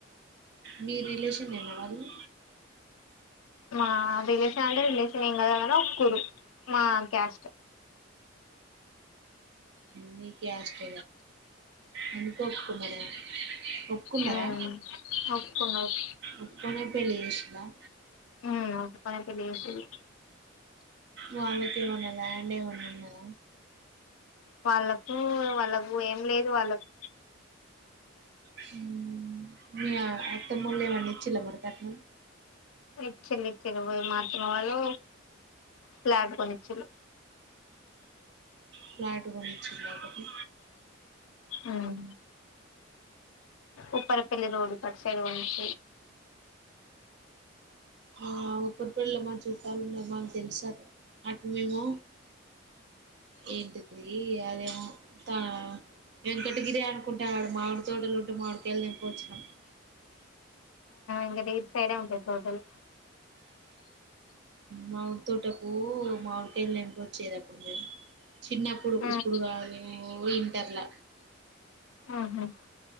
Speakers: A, on the right; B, on the left.
A: మీ రిలేషన్ ఏనా వాళ్ళు
B: మా రిలేషన్ అంటే రిలేషన్ ఏం కాదు గాను ఒక ఊరు మా క్యాస్ట్
A: మీ కాస్ట్ అందుకే ఒప్పుకున్నారు ఏమో ఒప్పుకున్నారా
B: ఆ ఒప్పుకున్నారు
A: ఒప్పుకునే పెళ్లి చేసినార
B: ఉమ్ ఒప్పుకునే పెళ్ళి చేశారు
A: వాళ్ళ కేమన్న ల్యాండ్ ఏమన్నా ఉన్నదా
B: వాళ్ళకు వాళ్ళకు ఏం లేదు వాళ్ళకు
A: హమ్ మీ అత్తమ్మ వాళ్ళు ఈచిర మరి కట్నం
B: ఇచ్చిరు యిచ్చిరు మా అత్తమ్మ వాళ్ళు ప్లాటు కొని ఇచ్చారు <inaudible>
A: ఫ్లాట్ కొని ఇచ్చారు అయితే
B: ఉమ్ ఉప్పరపెళ్ళి రోడుకు అటు సైడు పోయి <inaudible>
A: ఆ ఉప్పరిపల్లిలో మా చుట్టాలు ఉన్నారూ మాకు తెలుసాట అటు మేము ఏంటిది అదేమో త వెంకటగిరి అనుకుంటాడు మామిడి తోటలుంటూ మామిడి కాయలు ఉంటే తెంపుకు వచ్చినాము
B: ఇంకా డీప్ సైడే ఉంటాయి తోటలు
A: మామిడి తోటకు మామిడికాయలు తెంపుకొచ్చేది అప్పుడు మేము చిన్నప్పుడు
B: ఉహు
A: ఇప్పుడు కాదు మేము ఇంటర్ల
B: ఆహా